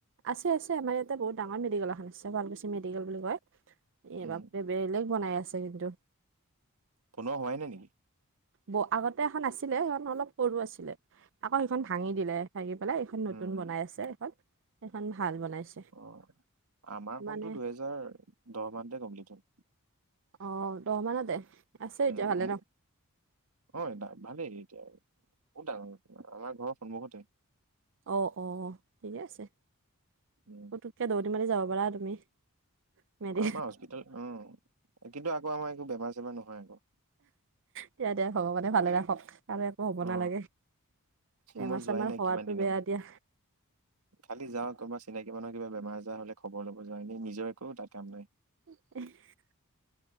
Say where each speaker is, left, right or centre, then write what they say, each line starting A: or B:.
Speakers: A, on the right; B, on the right.
A: আছে-আছে আমাৰ ইয়াতে বহুত ডাঙৰ মেডিকেল এখন আছে শুৱালকুছি মেডিকেল বুলি কয়, এই
B: উম
A: বাঁপ-ৰে বেলেগ বনাই আছে কিন্তু
B: বনোৱা হোৱাই নাই নিকি?
A: ব আগতে এখন আছিলে সেইখন অলপ সৰু আছিলে আকৌ সেইখন
B: অ
A: ভাঙি
B: অ
A: দিলে ভাঙি পেলাই এইখন নতুন
B: উম
A: বনাই আছে এখন, সেইখন ভাল বনাইছে
B: অ, আমাৰখনতো
A: মানে
B: দুহেজাৰ, দহ মানতে কমপ্লিট হ'ল
A: অ, দহ মানতে আছে এতিয়া
B: উম-উ'ম
A: ভালে ন
B: অই-ডাক ভালেই এতিয়া আৰু, বম-টাঙন আমাৰ ঘৰৰ সন্মুখতে
A: ঔ-অ, ঠিকেই আছে,
B: উম
A: পতুককে দৌৰি মাৰি যাব পাৰা আৰু তুমি মেৰি
B: অ আমাৰ হস্পিতাল উম, কিন্তু আকৌ আমাৰ একো বেমাৰ-চেমাৰ নহয় আকৌ
A: দিয়া-দিয়া ভগৱানে ভালে ৰাখক, আৰু একো হ'ব
B: অ
A: নালাগে বেমাৰ-চেমাৰ
B: মই যোৱাই নাই
A: হোৱাতো
B: কিমান দিন
A: বেয়া
B: হ'ল
A: দিয়া
B: খালি যাওঁ কোনোবা চিনাকি মানুহৰ কিবা বেমাৰ-আজাৰ হ'লে খবৰ ল'ব যাও এনে নিজৰ একো তাত কাম নাই
A: <unintelligible>